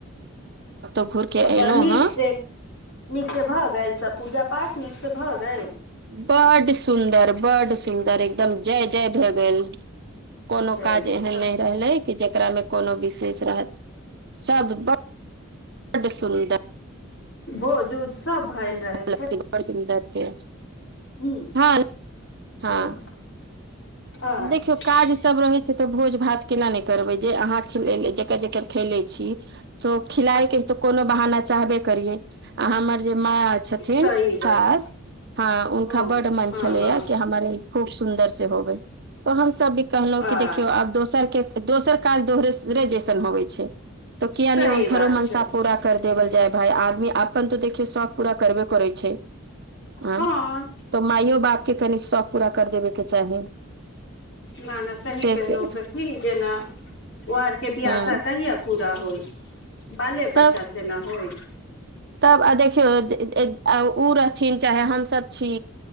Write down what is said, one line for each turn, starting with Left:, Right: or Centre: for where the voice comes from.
Right: घूर के
Left: आ बड
Right: एलहुं
Left: नीक
Right: हँ
Left: से नीक से भए गेल सब पूजा पाठ नीक से भए गेल।
Right: बड सुन्दर बड सुन्दर एकदम जय -जय भए गेल। कोनो
Left: चलू
Right: काज एहन
Left: तऽ
Right: नहि रहलै कि जेकरामे कोनो विशेष रहत सब ब बड्ड सुन्दर
Left: भोज उज सब भैल रहै।
Right: लेकिन बड सुन्दर छै।
Left: हुँ
Right: हँ
Left: चलू
Right: हँ
Left: अच्छा
Right: देखियौ काज सभ रहै छै, तऽ भोज भात केना नहि करबै जे अहाँ खेलेले जकर जेकर खेले छी। तो खिलाय के तो कोनो बहाना चाहबे करिये आ हमर जे माय छथिन
Left: सही बात
Right: सास हँ उनका
Left: हँ
Right: बड मन
Left: हँ
Right: छलैया
Left: हँ
Right: कि हमारे खूब सुन्दर से होबे तऽ हमसभ भी कहलहुं
Left: आ
Right: कि देखियौ आब दोसर के दोसर काज दोसरे जैसन होबे छै, तऽ किया
Left: सही
Right: नई हुनखरो
Left: बात
Right: मनसा
Left: छै
Right: पूरा कर देवल जाय भाय आदमी अपन तो देखियौ शौख पूरा करबे करै छै। आँ
Left: हँ
Right: तऽ माइयो बापके कनी शौक पूरा कर देबेके चाही
Left: ना - ना सही
Right: से
Left: कहलहु
Right: से
Left: सखी जेना ओ आरके ब्यासा
Right: हँ
Left: कहियौ पूरा होइ बाले
Right: तब
Left: बच्चासँ न होइ
Right: तब आ देखियौ जे आ उँ रहथिन चाहे हमसभ छी।